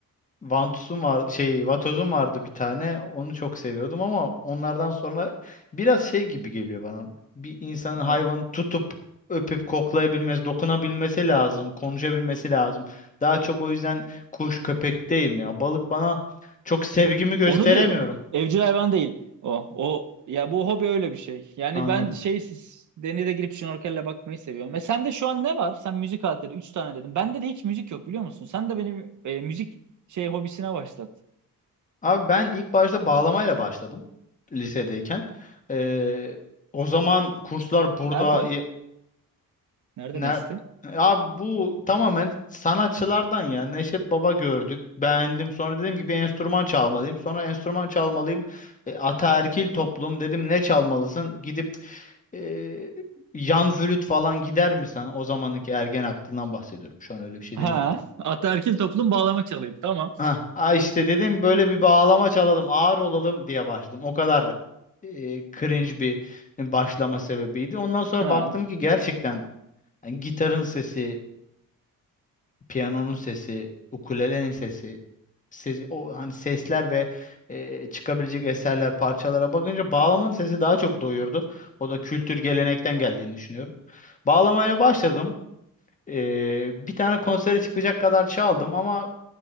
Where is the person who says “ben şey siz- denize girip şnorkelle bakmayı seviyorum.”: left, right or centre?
Right